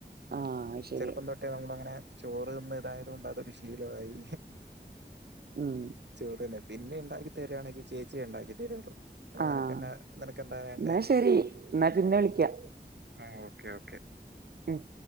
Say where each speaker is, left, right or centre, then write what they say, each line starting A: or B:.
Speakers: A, on the right; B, on the right.
A: ആഹ് ശരി
B: ചെറുപ്പം തൊട്ടേ നമ്മള അങ്ങനെ ചോറ് നിന്ന് ഇതായത് കൊണ്ട് അതൊരു ശീലമായി
A: ഉം
B: ചോറ് തന്നെ പിന്നെ ഉണ്ടാക്കി തരുവാണെങ്കിൽ ചേച്ചിയ ഉണ്ടാക്കി തരയുള്ളൂ
A: ആഹ്
B: നിനക്ക്ന്നാ നിനക്ക്ന്താ വേണ്ടേ
A: എന്നാ ശരി എന്നാ പിന്നെ വിളിക്കാ
B: ആ ഓക്കേ ഓക്കേ
A: ഉം